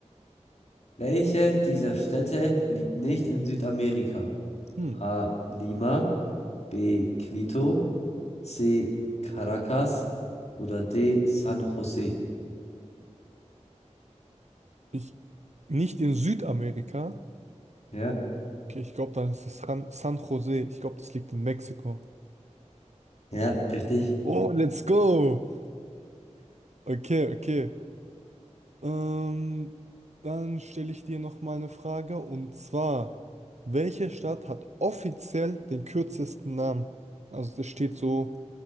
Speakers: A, on the left (about 65°); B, on the right (about 65°).
A: Welche dieser Städte liegt nicht in Südamerika?
B: Hm.
A: A. Lima, B. Quito, C. Caracas oder D. San Jose?
B: Ich, nicht in Südamerika.
A: Ja.
B: Okay, ich glaube, dann ist es San, San Jose. Ich glaube, das liegt in Mexiko.
A: Ja, richtig.
B: Oh, let's go! Okay, okay. Ähm, dann stelle ich dir noch mal eine Frage und zwar, welche Stadt hat offiziell den kürzesten Namen? Also das steht so